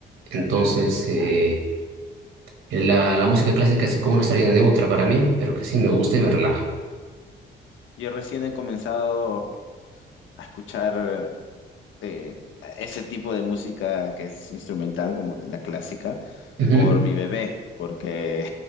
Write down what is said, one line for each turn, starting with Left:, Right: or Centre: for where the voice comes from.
Right: Entonces, eh, la, la música clásica es como una salida neutra para mí, pero que sí me gusta y me relaja.
Left: Yo recién he comenzado a escuchar. eh, ese tipo de música que es instrumental, como la clásica,
Right: Ujú,
Left: por mi bebé, porque